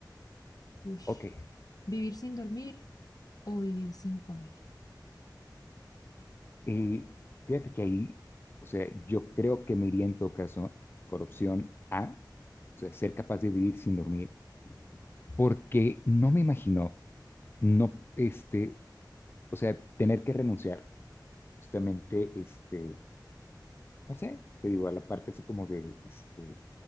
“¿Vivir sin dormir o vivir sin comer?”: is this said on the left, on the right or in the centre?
Left